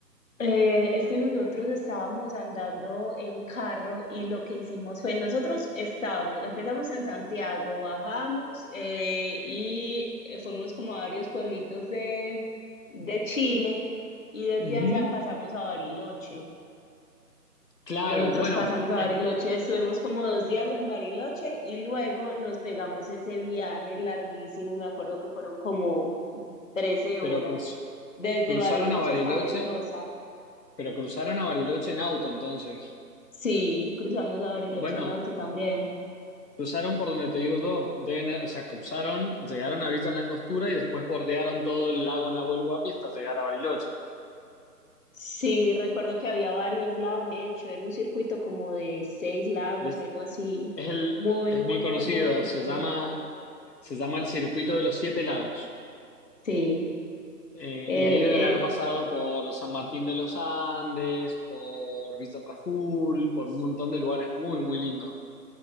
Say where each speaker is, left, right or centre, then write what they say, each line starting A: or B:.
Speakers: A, on the left; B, on the left.
A: Eh, es que nosotros estábamos andando en carro y lo que hicimos fue, nosotros estábamos, empezamos en Santiago, bajamos eh, y fuimos como a varios pueblitos de, de Chile y desde
B: Ujú,
A: allá pasamos a Bariloche.
B: Claro,
A: Nosotros
B: bueno,
A: pasamos a
B: es-
A: Bariloche, estuvimos como dos días en Bariloche y luego nos pegamos ese viaje larguísimo, me acuerdo que fueron como trece
B: pero
A: horas,
B: cruz-
A: desde
B: cruzaron
A: Bariloche
B: a Bariloche,
A: hasta Mendoza.
B: pero cruzaron a Bariloche en auto entonces.
A: Sí, cruzamos a Bariloche
B: Bueno.
A: en auto también.
B: Cruzaron por donde te digo yo, deben- o sea, cruzaron, llegaron a Villa Langostura y después bordearon todo el lago Nahuel Huapi hasta llegar a Bariloche.
A: Sí, recuerdo que había varios lagos. De hecho, era un circuito como de seis lagos,
B: Des-
A: algo así.
B: Es, el,
A: Muy,
B: es
A: muy,
B: muy
A: muy
B: conocido,
A: bonito.
B: se llama, se llama el Circuito de los Siete Lagos.
A: Sí,
B: Eh,
A: eh,
B: y ahí deben
A: eh,
B: haber pasado por San Martín de los Andes, por Villa Traful, por un montón de lugares muy, muy lindos.